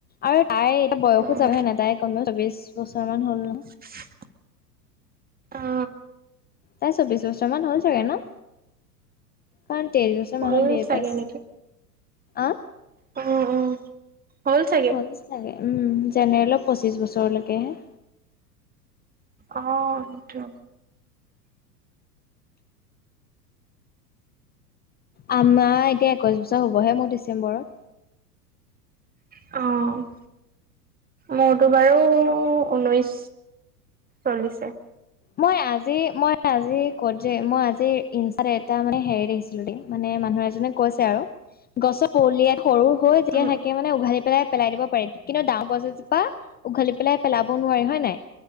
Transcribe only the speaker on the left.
আৰু তাই এতিয়া বয়সো
যাবহে নাই তাই কম <unintelligible> চবিশ বছৰমান হ'ল ন।
তাই চৌব্ববিশ বছৰ মান হ'ল চাগে ন। কাৰণ তেইছ বছৰ মানুহৰ
বি এ
পাছ
আ
উম, জেনেৰেলত পচিছ বছৰলৈকেহে।
আমাৰ এতিয়া একৈশ বছৰ হ'বহে মোৰ ডিচেম্বৰত।
মই আজি-মই আজি ক'ত যে মই আজি ইনষ্টাত এটা মানে হেৰি দেখিছিলো দেই মানে মানুহ এজনে কৈছে আৰু গছৰ পলিয়াত সৰু হৈ
যে থাকে মানে উঘালি পেলাই পেলাই দিব পাৰি। কিন্তু ডাঙৰ গছ এজোপা উঘালি পেলাই পেলাব নোৱাৰি হয় নাই